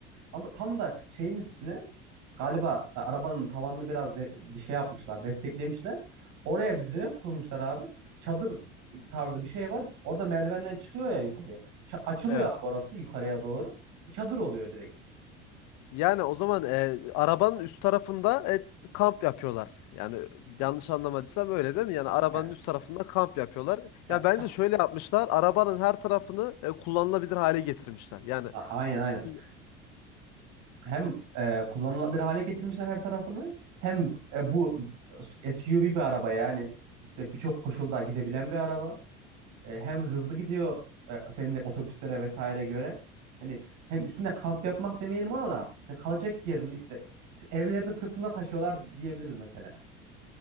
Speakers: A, on the right; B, on the left.
A: Ama tam da şeyin üstüne galiba e, arabanın tavanını biraz de, de- şey yapmışlar, desteklemişler. Oraya bir düzenek kurmuşlar abi. Çadır tarzı bir şey var. Orada merdivenden çıkıyor ya yukarıya. Ça- açılıyor
B: Evet.
A: abi orası yukarıya doğru. Çadır oluyor direkt.
B: Yani o zaman e, arabanın üst tarafında e, kamp yapıyorlar. Yani yanlış anlamadıysam öyle değil mi? Yani arabanın
A: Yani,
B: üst tarafında kamp yapıyorlar.
A: ya,
B: Ya bence
A: ka-
B: şöyle yapmışlar. Arabanın her tarafını e, kullanılabilir hale getirmişler. Yani
A: a- aynen aynen.
B: <laughs>
A: Hem e, kullanılabilir hale getirmişler her tarafını. Hem e, bu SUV bir araba yani işte birçok koşulda gidebilen bir araba. E, hem hızlı gidiyor e, senin de otobüslere vesaire göre. Hani hem üstünde kamp yapmak demeyelim ona da. Yani kalacak yerini işte evlerini sırtında taşıyorlar diyebiliriz mesela.